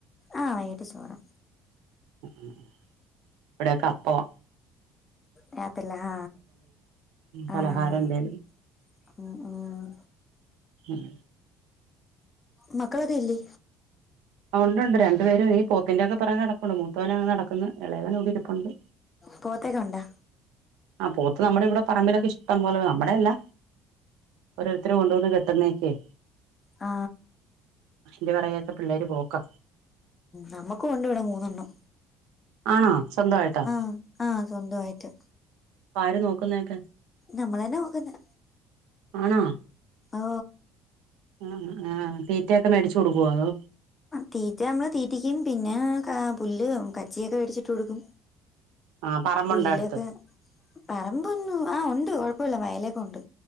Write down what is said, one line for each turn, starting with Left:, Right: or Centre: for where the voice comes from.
Left: ആ വൈകിട്ട് ചോറാ
Right: <unintelligible> ഇവിടെയൊക്കെ അപ്പമാ
Left: റിയത്തില്ല ആ
Right: പലഹാരം
Left: ആ ആ ആ
Right: എന്തേലും
Left: ഉം ഉം
Right: ഉം
Left: മത്ത് ക്കളൊക്കെ ഇല്ലേ
Right: ഉണ്ട് ഉണ്ട് രണ്ട് പേരും ഈ പോത്തിൻ്റെ എന്നൊക്കെ പറഞ്ഞ് നടപ്പ് ണ്ട് മൂത്തവനങ്ങനെ നടക്ക്ന്ന് ഇളയവൻ ഇവിടെ ഇരിപ്പുണ്ട്
Left: പോത്തെക്ക ഉണ്ടാ
Right: ആ പോത്ത് നമ്മടെ ഇവിടെ പറമ്പിലൊക്കെ ഇഷ് ടം പോലെ നമ്മടെ അല്ല ഓരോരുത്തരും കൊണ്ട് വന്ന് കെട്ടുന്നെ ക്കെ
Left: ആ
Right: അയിൻ്റെ പിറകെ ഒക്കെ പിള്ളാര് പോക്കാ
Left: നമ്മക്കൂണ്ടിവിടെ മൂന്നെണ്ണം
Right: ആണോ സ്വന്തമായിട്ടാ
Left: ആ ആ സ്വന്തമായിട്ട്
Right: അപ്പാര് നോക്കുന്നെയൊക്കെ
Left: നമ്മൾ തന്നാ നോക്കുന്നേ
Right: ആണോ
Left: ആ
Right: അ ആ തീറ്റയൊക്കെ മേടിച്ച് കൊടുക്കുവോ അതോ
Left: തീറ്റ നമ്മൾ തീറ്റിക്കും പിന്നെ ആ പുല്ല് കച്ചിയൊക്കെ വേടിച്ചിട്ട് കൊടുക്കും
Right: ആ പറമ്പുണ്ടോ
Left: പുല്ലൊക്കെ
Right: അടുത്ത്
Left: പറമ്പൊന്നും ആ ഉണ്ട് കുഴപ്പമില്ല വയലൊ ഉണ്ട്